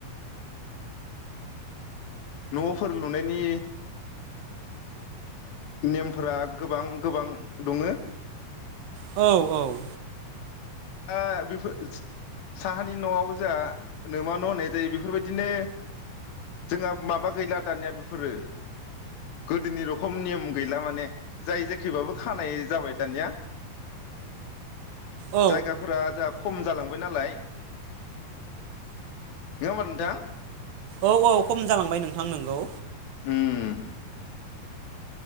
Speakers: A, on the left; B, on the right.
A: नफोर लुनायनि नेमफोरा गोबां गोबां दङो
B: औ औ
A: दा बेफोर साहानि नआव जोंहा नोमा न होननाय जायो बेफोरबायदिनो जोंहा माबा गैला दानिया बेफोरो गोदोनि रखम नियम गैला माने जाय जेखैबाबो खानाय जाबाय दानिया
B: औ
A: जायगाफोरा जोंहा खम जालांबाय नालाय नङा होमब नोंथां
B: औ औ खम जालांबाय नोंथां नोंगौ
A: उम